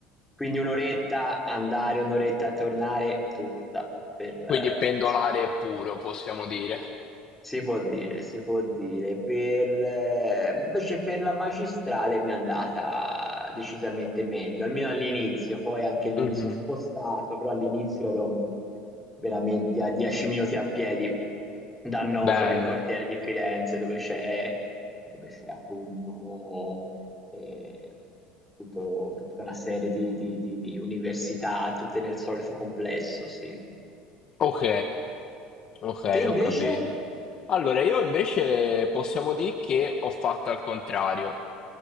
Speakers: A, in the centre; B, on the left.
A: Quindi un'oretta andare, un'oretta a tornare, tutta per, eh,
B: Quindi pendolare
A: sì.
B: puro, possiamo dire.
A: Si può dire, si può dire. Per ehm, invece per la magistrale mi è andata decisamente meglio, almeno all'inizio, poi anche lì
B: Mhm.
A: mi sono spostato, però all'inizio ero veramente a 10 minuti a piedi da Novoli,
B: Bello.
A: un quartiere di Firenze dove c'è dove c'è appunto eh, tutto- tutta una serie di, di- di- di università, tutte nel solito complesso, sì.
B: Ok, ok,
A: Te invece?
B: ho capito. Allora, io invece possiamo dire che ho fatto al contrario.